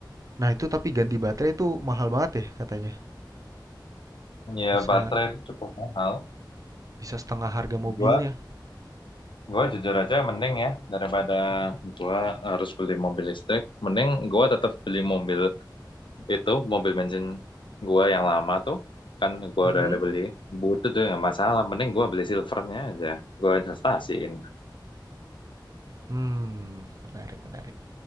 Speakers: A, on the right; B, on the left.
A: Nah, itu tapi ganti baterai itu mahal banget ya katanya,
B: Ya
A: bisa
B: baterai itu cukup mahal.
A: bisa setengah harga mobilnya.
B: Gua, gua jujur aja mending ya daripada gua harus beli mobil listrik. Mending gua tetap beli mobil itu mobil bensin gua yang lama tuh kan gua
A: Mhm.
B: udah ada beli butut tuh nggak masalah mending gua beli silvernya aja gua investasiin
A: Mmm, menarik menarik.